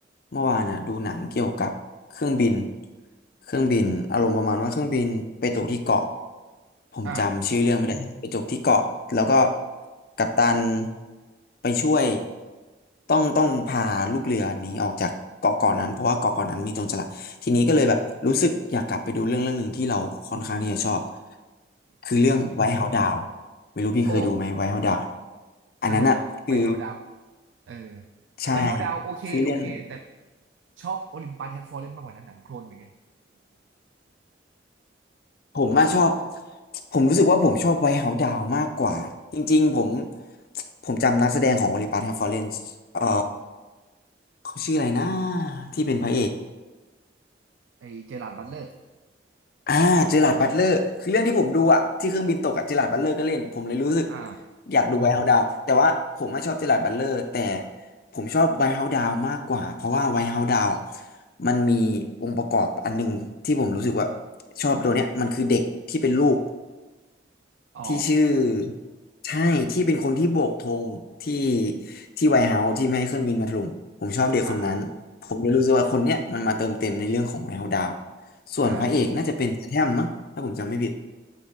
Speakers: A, on the left (about 50°); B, on the right (about 80°).
A: เมื่อวานอ่ะดูหนังเกี่ยวกับเครื่องบินเครื่องบินอารมณ์ประมาณว่าเครื่องบินไปตกที่เกาะผมจำชื่อเรื่องไม่ได้ไปตกที่เกาะแล้วก็
B: อ่า
A: กัปตันไปช่วยต้องต้องพาลูกเรือหนีออกจากเกาะเกาะนั้นเพราะว่าเกาะเกาะนั้นมีโจรสลัด ทีนี้ก็เลยแบบรู้สึกอยากกลับไปดูเรื่องเรื่องหนึ่งที่เราค่อนข้างที่จะชอบ
B: คุ้นคุ้น
A: คือเรื่อง w h ไวท์ o เฮา d o ดาวไม่รู้พี่เคยดูไหมไวท์เฮา
B: <laughs> โอ้
A: e d ดาวอันนั้นอ่ะคือ
B: สนุกครับไม่เฮาดาว เออ
A: ใช่
B: ไวท์เฮาส์ดาวโอเคโอเคแต่
A: คือเรื่อง
B: ชอบโอลิมปัสแฮดฟอร์เรนมากกว่านั้นหนังโคลนเหมือนกัน
A: ผมมาชอบผมรู้สึกว่าผมชอบไวท์เฮา e d ดาวมากกว่าจริงๆผมผมจำนักแสดงของ o อลิปัสแฮมฟอเรนซ์เอ่อเขาชื่ออะไรนะที่เป็นพระเอก
B: ไอเจอราร์ดบัตเลอร์
A: อ่าเจอราร์ดบัตเลอร์คือเรื่องที่ผมดูอะที่เครื่องบินตกอะเจอราร์ดบัตเลอร์ก็เล่นผมเลยรู้สึก
B: อ่า
A: อยากดูไวท์เฮาส์ดาวแต่ว่าผมไม่ชอบเจอราร์ดบัตเลอร์แต่ผมชอบไวท์เฮาส์ดาวมากกว่าเพราะว่าไวท์เฮาส์ดาวอะมันมีองค์ประกอบอันหนึงที่ผมรู้สึกว่าชอบตัวเนี้ยมันคือเด็กที่เป็นลูก
B: อ๋อ
A: ที่ชื่อใช่ที่เป็นคนที่โบกธงที่ที่ไวท์เฮาส์ที่ไม่ให้เครื่องบินมาถล่มผมชอบเด็กคนนั้นผมเลยรู้สึกว่าคนเนี้ยมันมาเติมเต็มในเรื่องของไวท์เฮาส์ดาว
B: อ่าอ่
A: ส่วนพระเอกน่าจะเป็นทาแทมมั้งถ้าผมจำไม่ผิด
B: าอ่า